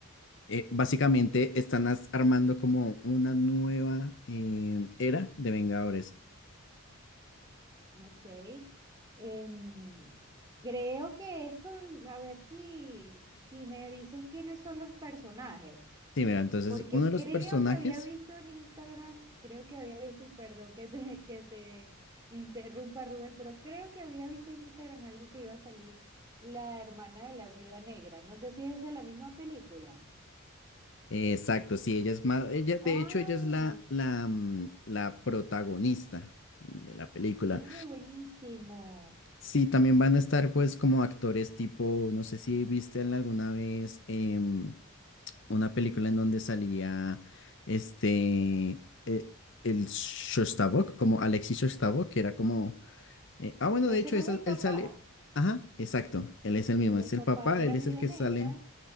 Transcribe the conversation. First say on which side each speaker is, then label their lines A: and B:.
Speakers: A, on the left (about 55°); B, on the right (about 15°).
A: eh, básicamente están as- armando como una nueva eh, era de Vengadores.
B: Ok. Em, creo que es con, a ver si, si me dices quiénes son los personajes.
A: Sí, mira, entonces
B: Porque
A: uno de
B: creo
A: los personajes,
B: que había visto en Instagram, creo que había visto, y perdón que te, que te interrumpa Rubén, pero creo que había visto en Instagram algo que iba a salir la hermana de la viuda negra. No sé si es esa la misma película.
A: eh, exacto, sí, ella es más, ella,
B: Ah,
A: de hecho ella es la, la, mm, la protagonista de la película.
B: ay, buenísimo.
A: Sí, también van a estar pues como actores tipo, no sé si viste alguna vez em, una película en donde salía este, eh, el Shostakovich, como Alexis Shostakovich, que era como, eh, ah bueno,
B: Que
A: de
B: ese
A: hecho
B: no
A: esa-
B: es el papá,
A: él sale, ajá, exacto, él es el
B: que
A: mismo,
B: es
A: es
B: el papá
A: el papá,
B: de
A: él
B: la
A: es
B: viuda
A: el que
B: negra.
A: sale,